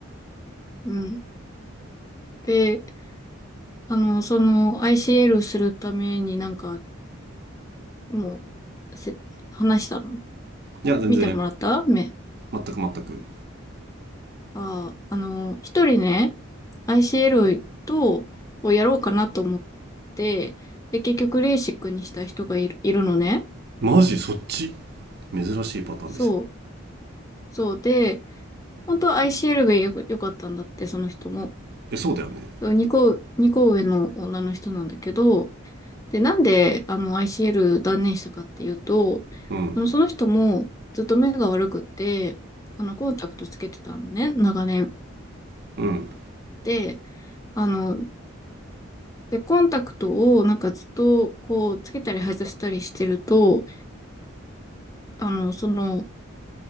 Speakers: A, on the left; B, on the right.
A: うん。で、あの、その、ICL するためになんか、もう、せ、話したの
B: いや全然
A: 見てもらった目。
B: 全く全く
A: ああ、あの、一人ね、ICL と、をやろうかなと思って、で、結局、レーシックにした人がいる、いるのね。
B: マジそっち珍しいパターンですね
A: そう。そうで、本当は ICL がよく、良かったんだって、その人も。
B: えそうだよね
A: 2個、二個上の女の人なんだけど、で、なんで、あの、ICL 断念したかっていうと、
B: うん
A: あのその人もずっと目が悪くって、あの、コンタクトつけてたのね、長年。
B: うん
A: で、あの、で、コンタクトをなんかずっと、こう、つけたり外したりしてると、あの、その、